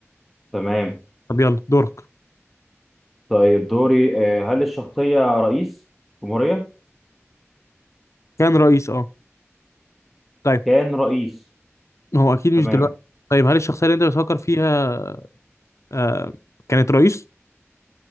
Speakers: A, in the centre; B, on the left.
A: تمام
B: طب يلا دورك
A: طيب دوري آه، هل الشخصية رئيس جمهورية؟
B: كان رئيس اه طيب
A: كان رئيس
B: هو اكيد مش
A: تمام
B: دلوقتي طيب هل الشخصيه اللي انت بتفكر فيها آه كانت رئيس